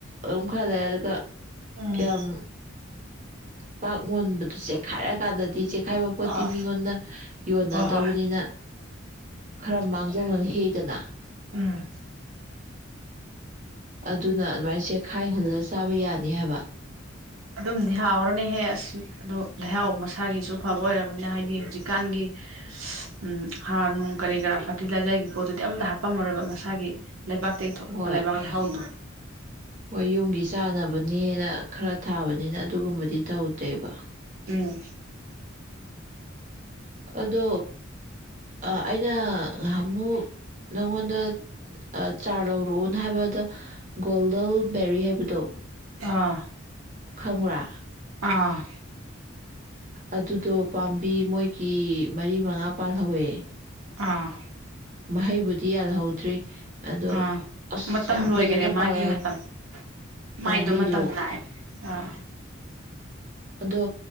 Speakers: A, on the right (about 40°); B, on the right (about 85°).
A: ꯑꯗꯨꯝ ꯈꯔ ꯂꯩꯔꯒ
B: ꯎꯝ
A: ꯌꯥꯝ ꯄꯥꯛ ꯃꯨꯟꯕꯗꯨ ꯆꯦꯛꯈꯥꯏꯔꯀꯥꯟꯗꯗꯤ ꯍꯥꯏꯕ ꯄꯣꯠꯇꯤ
B: ꯑꯥ
A: ꯃꯤꯉꯣꯟꯗ ꯌꯣꯟꯅꯗꯕꯅꯤꯅ
B: ꯍꯣꯏ ꯍꯣꯏ
A: ꯈꯔ ꯃꯥꯡꯖꯧꯅꯅ ꯍꯦꯛꯏꯗꯅ
B: ꯎꯝ
A: ꯑꯗꯨꯅ ꯑꯗꯨꯃꯥꯏ ꯆꯦꯈꯥꯏ ꯍꯨꯜꯂꯒ ꯆꯥꯕ ꯌꯥꯅꯤ ꯍꯥꯏꯕ
B: ꯑꯗꯨꯝꯗꯤ ꯍꯥꯎꯔꯅꯤꯍꯦ ꯑꯁ ꯑꯗꯨ ꯂꯩꯍꯥꯎ ꯃꯁꯥꯒꯤꯁꯨ ꯐꯕ ꯑꯣꯏꯔꯕꯝꯃꯤꯅꯤꯅ ꯍꯥꯏꯗꯤ ꯍꯧꯖꯤꯛꯀꯥꯟꯒꯤ ꯎ ꯍꯥꯔ ꯅꯨꯡ ꯀꯔꯤ ꯀꯔꯥ ꯐꯔꯇꯤꯂꯥꯏꯖꯔꯒꯤ ꯄꯣꯠꯇꯨꯗꯤ ꯑꯝꯇ ꯍꯥꯞꯄꯝꯃꯔꯣꯏꯕ ꯃꯁꯥꯒꯤ ꯂꯩꯕꯥꯛ ꯇꯗꯒꯤ ꯊꯣꯛꯂꯛꯄꯥ
A: ꯍꯣꯏ
B: ꯂꯩꯕꯗ ꯍꯥꯎꯗꯨ
A: ꯍꯣꯏ ꯌꯨꯝꯒꯤ ꯆꯥꯅꯕꯅꯦꯅ ꯈꯔ ꯊꯥꯕꯅꯤꯅ ꯑꯗꯨ ꯑꯗꯨꯒꯨꯝꯕꯗꯤ ꯇꯧꯎꯗꯦꯕ
B: ꯎꯝ
A: ꯑꯗꯣ ꯑꯩꯅ ꯉꯍꯥꯃꯨꯛ ꯅꯪꯉꯣꯟꯗ ꯆꯥꯔ ꯂꯧꯔꯛꯑꯣꯅ ꯍꯥꯏꯕꯗ ꯒꯣꯜꯗꯜ ꯕꯦꯔꯤ ꯍꯥꯏꯕꯗꯣ
B: ꯑꯥ
A: ꯈꯪꯕ꯭ꯔꯥ
B: ꯑꯥ
A: ꯑꯗꯨꯗꯣ ꯄꯥꯝꯕꯤ ꯃꯣꯏꯒꯤ ꯃꯔꯤ ꯃꯉꯥ ꯄꯥꯜꯍꯧꯋꯦ
B: ꯑꯥ
A: ꯃꯍꯩꯕꯨꯗꯤ ꯌꯥꯜꯍꯧꯗ꯭ꯔꯤ ꯑꯗꯣ
B: ꯑꯥ
A: ꯑꯁ
B: ꯃꯇꯝ
A: ꯌꯥꯝ
B: ꯂꯣꯏꯈꯔꯦ
A: ꯐꯖꯅ ꯄꯥꯜꯍꯧꯋꯦ
B: ꯃꯥꯒꯤ ꯃꯇꯝ
A: ꯄꯥꯝꯕꯤꯗꯣ
B: ꯃꯥꯏꯗꯣ ꯃꯇꯝ ꯅꯥꯑꯦꯕ ꯑꯥ
A: ꯑꯗꯣ